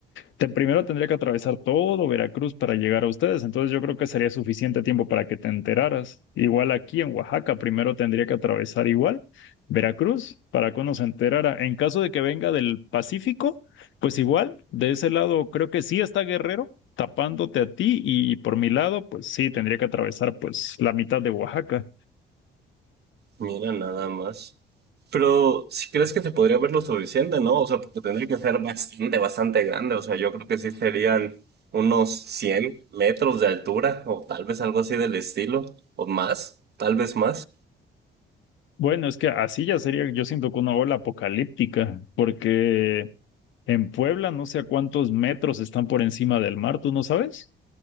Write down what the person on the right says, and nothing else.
mira nada más. Pero si crees que se podría ver lo suficiente, ¿no? O sea, porque tendría que ser bastante, bastante grande. O sea, yo creo que sí serían unos 100 metros de altura o tal vez algo así del estilo o más, tal vez más.